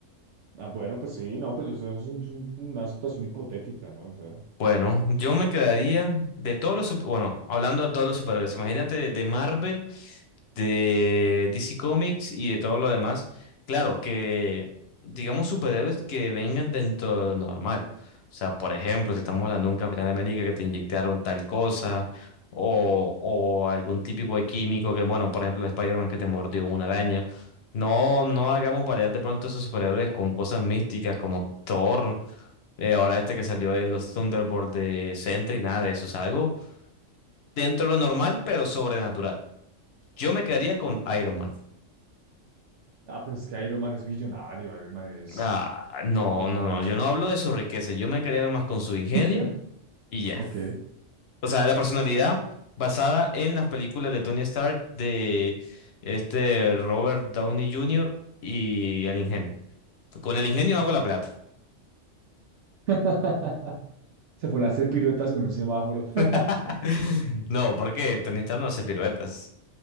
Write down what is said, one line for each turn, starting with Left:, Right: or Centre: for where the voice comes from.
Right: Ah, bueno, pues sí, no, pues eso es un- es un- una situación hipotética, ¿no? O sea,
Left: Bueno, yo me quedaría de todos los, sup- bueno, hablando de todos los superhéroes, imagínate de de Marvel. de DC Comics y de todo lo demás. Claro, que digamos superhéroes que vengan dentro de lo normal. O sea, por ejemplo, si estamos hablando de un Capitán América que te inyectaron tal cosa, o, o algún típico de químico que, bueno, por ejemplo, Spider-Man que te mordió una araña. No, no hagamos variar de pronto esos superhéroes con cosas místicas como Thor, eh, ahora este que salió en los Thunderbolts de Sentry, nada de eso, es algo dentro de lo normal, pero sobrenatural. Yo me quedaría
Right: mm,
Left: con Iron Man.
Right: ah, pues es que Iron Man es millonario, Iron Man es...
Left: Ah, no,
Right: eh,
Left: no, no, yo no hablo de su riqueza, yo me quería nomás con su ingenio
Right: <laughs>
Left: y ya.
Right: ok.
Left: O sea, la personalidad basada en las películas de Tony Stark, de este Robert Downey Jr. y el ingenio. Con el ingenio hago la plata.
Right: <laughs> Se ponen a hacer piruetas en un semáforo. <laughs>
Left: <laughs> No, porque Tony Stark no hace piruetas.